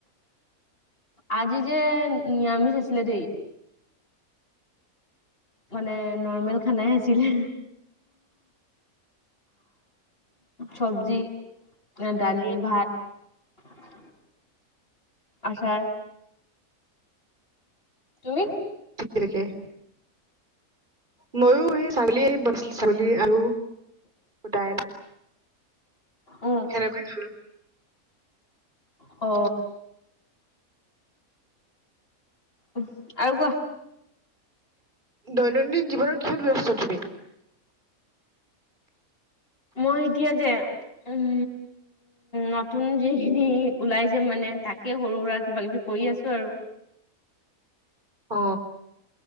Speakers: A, on the left; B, on the right.
A: আজি যে নিৰামিষ আছিলে দেই মানে নৰ্মেল খানাই আছিলে চবজি, দালি, ভাত। আছাৰ তুমি
B: <unintelligible> মইয়ো এই ছাগলী বনাইছিলে, ছাগলী আৰু দাইল
A: উম
B: সেনেকৈ‌ খালো
A: অ উ আৰু কোৱা
B: দৈনন্দিন জীৱনত কিহত ব্যস্ত তুমি
A: মই এতিয়া যে উম নতুন যিখিনি ওলাই যে মানে তাকে সৰু সুৰা কিবা কিবি কৰি আছো আৰু
B: অ